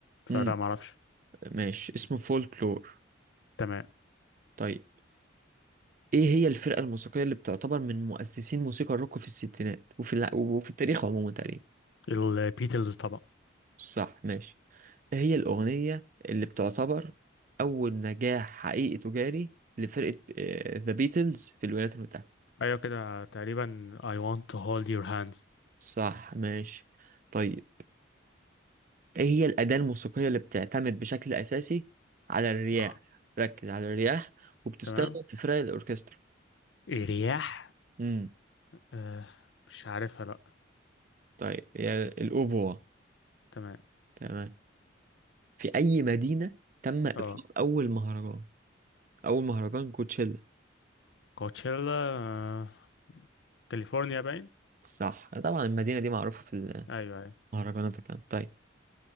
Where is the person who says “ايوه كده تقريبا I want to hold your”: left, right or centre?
Left